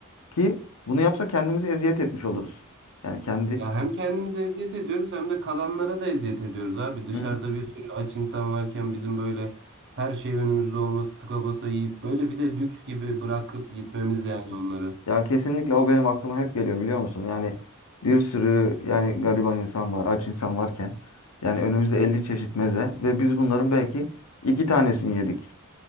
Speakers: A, on the left; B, on the right.
A: Ki bunu yapsa kendimizi eziyet etmiş oluruz. Yani kendi...
B: Ya hem kendimize eziyet ediyoruz hem de kalanlara da eziyet ediyoruz abi. Dışarıda
A: Hı.
B: bir sürü aç insan varken bizim böyle her şey önümüzde olması, tıka basa yiyip böyle bir de lüks gibi bırakıp gitmemiz yani onları.
A: Ya kesinlikle o benim aklıma hep geliyor biliyor musun? Yani bir sürü yani gariban insan var, aç insan varken yani önümüzde 50 çeşit meze ve biz bunların belki iki tanesini yedik.